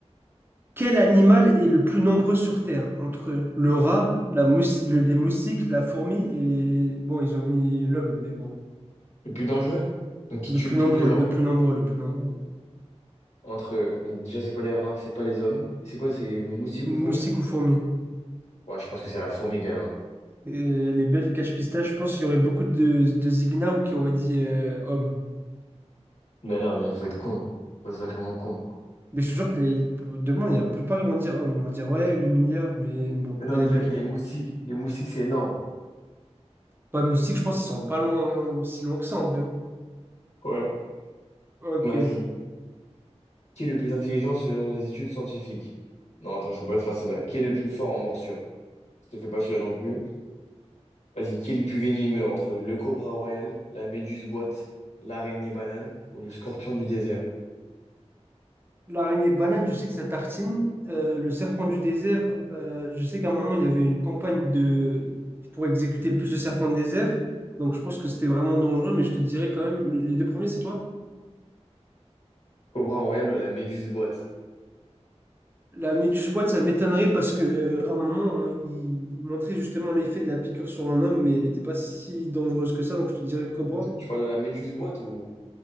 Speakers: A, on the right (about 20°); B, on the left (about 75°).
A: Quel animal est le plus nombreux sur Terre? Entre le rat, la moussi- le- les moustiques, la fourmi et... Bon, ils ont mis l'homme, mais bon.
B: Le plus dangereux? Donc, qui
A: Le
B: tue
A: plus
B: le
A: nombreux,
B: plus de gens?
A: le plus nombreux, le plus nombreux.
B: Entre, donc déjà, c'est pas les rats, c'est pas les hommes. Et c'est quoi, c'est moustique
A: Moustique
B: ou fourmi?
A: ou fourmi?
B: Ouais, je pense que c'est la fourmi quand même. hein.
A: Et les belles cache-pistaches, je pense qu'il y aurait beaucoup de, de zignats ou qui auraient dit euh, homme.
B: Mais non, mais il faut être con. Faut être sacrément con.
A: Mais je te jure que les, demain, il y a la plupart, ils vont dire homme. Ils vont dire, ouais, 8 milliards, mais bon,
B: Mais non,
A: elle
B: déjà
A: est belle.
B: que les moustiques, les moustiques, c'est énorme.
A: Ouais, moustique, je pense qu'ils sont pas loin, si loin que ça, en vrai. hein.
B: Ouais.
A: Ok.
B: Vas-y. Qui est le plus intelligent selon les études scientifiques? Non, attends, je peux pas te faire celle-là. Qui est le plus fort en morsure? Je te fais pas celui-là non plus. Vas-y, qui est le plus venimeux entre le cobra royal, la méduse boîte, l'araignée banane ou le scorpion du désert?
A: L'araignée banane, je sais que ça tartine. Euh, le serpent du désert, euh, je sais qu'à un moment, il y avait une campagne de... pour exécuter le plus de serpents de désert. Donc je pense que c'était vraiment dangereux, mais je te dirais quand même, le- les deux premiers, c'est quoi?
B: Cobra royal ou la méduse boîte?
A: La méduse boîte, ça m'étonnerait parce que euh, à un moment, on- il, il montrait justement l'effet de la piqûre sur un homme, mais elle n'était pas si dangereuse que ça, donc je te dirais le cobra.
B: De- Tu parles de la méduse boîte ou...